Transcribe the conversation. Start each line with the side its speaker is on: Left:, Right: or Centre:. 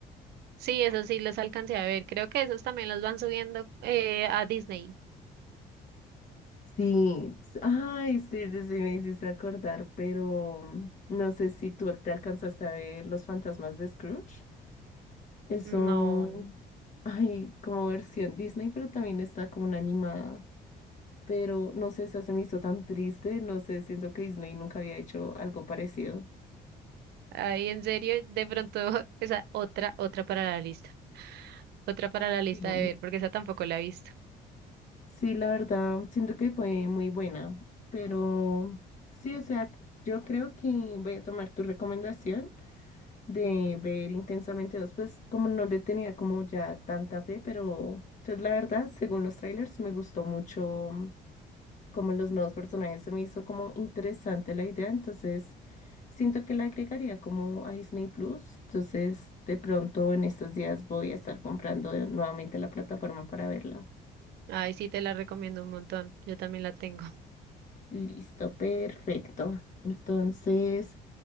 Right: Sí, eso sí los alcancé a ver. Creo que esos también los van subiendo eh, a Disney.
Left: Sí, s- ay, sí, sí, sí, me hiciste acordar, pero mm, no sé si tú te alcanzaste a ver Los Fantasmas de Scrooge. Eso,
Right: No,
Left: ay, como versión Disney, pero también está como una animada. Pero no sé, esa se me hizo tan triste, no sé, siento que Disney nunca había hecho algo parecido.
Right: ahí en serio, de pronto <laughs> esa otra, otra para la lista, otra para la lista
Left: Sí.
Right: de ver, porque esa tampoco la he visto.
Left: Sí, la verdad, siento que fue muy buena, pero sí, o sea, yo creo que voy a tomar tu recomendación de ver Intensamente dos, pues como no le tenía como ya tanta fe, pero pues la verdad, según los trailers, me gustó mucho como los nuevos personajes, se me hizo como interesante la idea, entonces siento que la agregaría como a Disney Plus, entonces de pronto en estos días voy a estar comprando de- nuevamente la plataforma para verla.
Right: Ay, sí, te la recomiendo un montón. Yo también la tengo. <laughs>
Left: Listo, perfecto. Entonces,